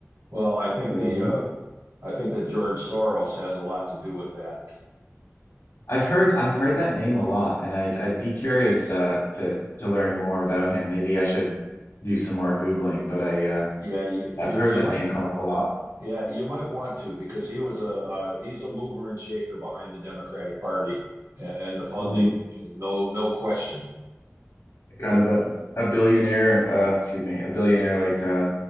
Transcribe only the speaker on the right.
well, I think
the
uh, I think that George Soros has a lot to do with that.
Yeah, you you,
you
might.
Yeah, you might want to because he was a uh, he's a mover and shaker behind the Democratic Party and, and the funding,
no no question.